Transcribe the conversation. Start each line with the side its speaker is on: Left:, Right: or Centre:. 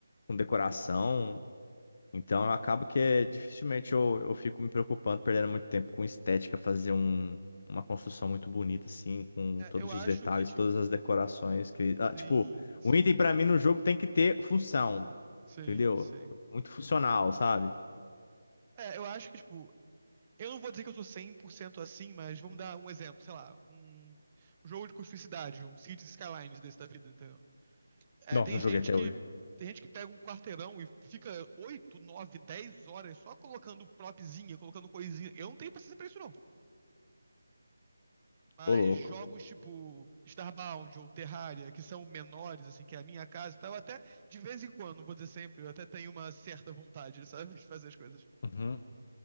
Left: com decoração. Então, eu acabo que é, dificilmente eu, eu fico me preocupando, perdendo muito tempo com estética, fazer um, uma construção muito bonita, assim, com
Right: É,
Left: todos
Right: eu acho
Left: os detalhes,
Right: que, tipo,
Left: todas as decorações que. ah,
Right: sim,
Left: tipo,
Right: sim,
Left: o item pra mim no jogo tem que ter função.
Right: sim,
Left: entendeu?
Right: sim.
Left: Muito funcional, sabe?
Right: É, eu acho que, tipo, eu não vou dizer que eu sou 100% assim, mas vamos dar um exemplo, sei lá, um jogo de cuspicidade, um Cities Skylines desse da vida, entendeu? É,
Left: Nossa,
Right: tem
Left: não
Right: gente
Left: joguei até
Right: que
Left: hoje.
Right: tem gente que pega um quarteirão e fica 8 9 10 horas só colocando propzinha, colocando coisinha. Eu não tenho paciência pra isso, não. Mas
Left: Ô, louco.
Right: jogos tipo Starbound ou Terraria, que são menores, assim, que é a minha casa e tal, eu até, de vez em quando, não vou dizer sempre, eu até tenho uma certa vontade, sabe, de fazer as coisas.
Left: Uhum.